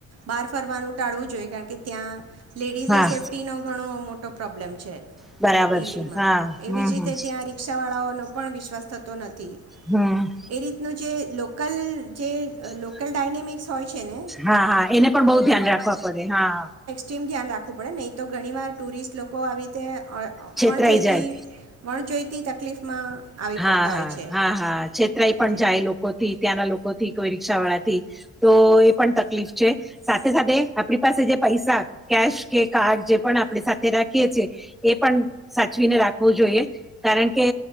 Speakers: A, on the right (about 55°); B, in the centre.
A: બહાર ફરવાનું ટાળવું જોઈએ કાયાકિ કે ત્યાં લેડીઝની
B: હા.
A: સેફ્ટીનો ઘણો મોટો પ્રોબ્લેમ છે.
B: બરાબર
A: દિલ્હીમાં
B: છે. હા. હમ
A: એવી જ રીતે
B: હમ.
A: ત્યાં રિકષાવાળાઓનો પણ વિશ્વાસ થતો નથી
B: હમ
A: એ રીતનું જે લોકલ જે લોકલ
B: હમ.
A: ડાયનેમિક્સ હોય છે. ને
B: હા હા એને પણ બહુ ધ્યાન રાખવા પડે હા
A: ચીમ ધ્યાન રાખવું પડે નહીં તો ઘણી વાર ટુરિસ્ટ લોકો આવી રીતે અ
B: છેતરાઈ
A: અણ જોઈતી
B: જાય.
A: અણ જોઈતી તકલીફમાં આવી
B: હા
A: પડતા
B: હા
A: હોય છે
B: હા હા છેતરાઈ
A: હમ
B: પણ જાય લોક હો થી ત્યાંના લોકો થી કોઈ રિકષા વાળા થી તો એ પણ તકલીફ છે. સાથે સાથે આપણી પાસે જે પૈસા કેશ કે કાર્ડ જે પણ આપણે સાથે રાખીએ છીએ એ પણ સાચવીને રાખવું જોઈએ કારણ કે